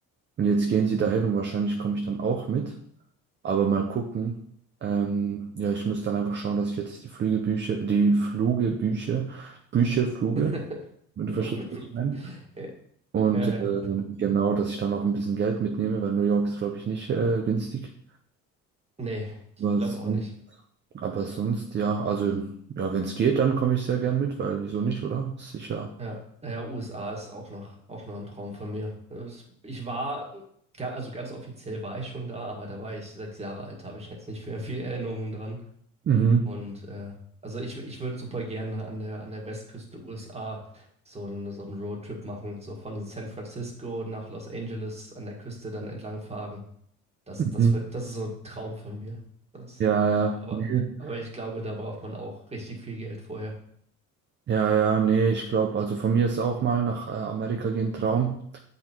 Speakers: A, on the right; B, on the right.
A: Und jetzt gehen sie dahin und wahrscheinlich komme ich dann auch mit. Aber mal gucken. Ähm, ja, ich muss dann einfach schauen, dass ich jetzt die Flügebücher, die Flugebücher, Bücher, Fluge,
B: <laughs>
A: wenn du
B: Flug-
A: verstehst,
B: Flug-
A: was ich meine.
B: Äh,
A: Und
B: äh,
A: ähm, genau, dass ich dann auch ein bisschen Geld mitnehme, weil New York ist, glaube ich, nicht äh, günstig.
B: nee, ich
A: Aber
B: glaube
A: sonst,
B: auch nicht.
A: aber sonst, ja, also ja, wenn es geht, dann komme ich sehr gern mit, weil wieso nicht, oder? Ist Sicher.
B: Ja, ja, USA ist auch noch, auch noch ein Traum von mir. Es- Ich war, ga- also ganz offiziell war ich schon da, aber da war ich sechs Jahre alt, habe ich jetzt nicht mehr viel Erinnerungen dran.
A: Mhm.
B: Und äh, also ich, ich würde super gerne an der, an der Westküste USA so einen so einen Roadtrip machen, so von San Francisco nach Los Angeles an der Küste dann entlangfahren Das,
A: Mhm.
B: das wird, das ist so ein Traum von mir. Das,
A: Ja, ja,
B: aber,
A: nee.
B: aber ich glaube, da braucht man auch richtig viel Geld vorher.
A: Ja, ja, nee, ich glaube, also von mir ist auch mal nach äh, Amerika gehen Traum.